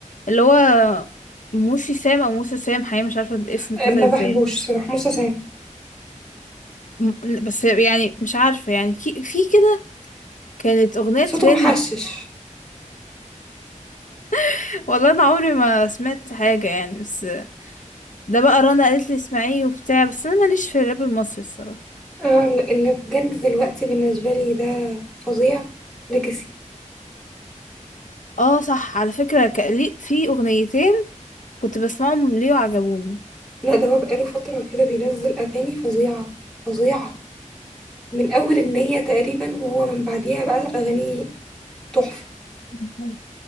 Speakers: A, on the left; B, in the centre.
A: اللي هو موسي سام او موسى سام حقيقي مش عارفه الاسم اتنطق
B: أه، ما
A: ازاي
B: بحبوش صراحة موسى سام
A: م- بس يعني مش عارفه يعني في في كده كانت اغنيه ترند
B: صوته محشش
A: <laughs> والله انا عمري ما سمعت حاجه يعني بس ده بقى رنا قالت لي اسمعيه وبتاع بس انا ماليش في الراب المصري الصراحه
B: أنا ال- اللي بجد دلوقتي بالنسبة لي ده فظيع ليجاسي
A: اه صح على فكره كان ليه- في اغنيتين كنت بسمعهم ليه وعجبوني
B: لا ده هو بقاله فترة كده بينزل أغاني فظيعة فظيعة من أول النية تقريبا وهو من بعديها بقى أغاني تحفة
A: <laughs>